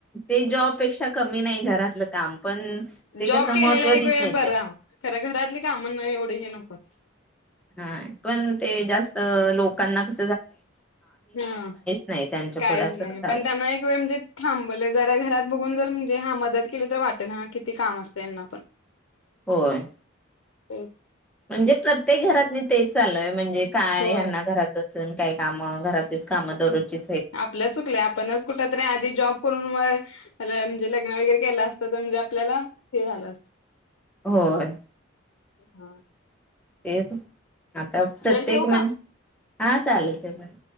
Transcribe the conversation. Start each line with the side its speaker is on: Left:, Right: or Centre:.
Centre: ते जॉब पेक्षा कमी नाही घरातलं काम पण ते
Left: जॉब
Centre: कसं
Left: केलेला
Centre: महत्त्व
Left: एक
Centre: देत
Left: वेळ
Centre: नाहीत
Left: बरा खर घरातली काम नाही हो वढ हे नकोच
Centre: हा पण ते जास्त लोकांना कस
Left: हा
Centre: नाही त्यांच्या
Left: कायच
Centre: पुढे असं
Left: नाही
Centre: झालंय
Left: पण त्यांना एक वेळ म्हणजे थांबले जरा घरात बघून जर हा मदत केली तर वाटेल ह किती काम असत यांना पण
Centre: होय
Left: ते
Centre: म्हणजे प्रत्येक घरात <inaudible> तेच चाललोय म्हणजे काय
Left: होय
Centre: ह्यांना घरात बस काही काम घरातलीच काम दरोजची
Left: आपल चुकल आपणच कुठ तरी आधी जॉब करून म म्हणजे लग्न वगैरे केलं असत तर म्हणजे आपल्याला हे झालं असत
Centre: होय
Left: हा
Centre: ते एक आता प्रत्येक
Left: ठेवू
Centre: म्हण
Left: का?
Centre: हा चालेल ते पण.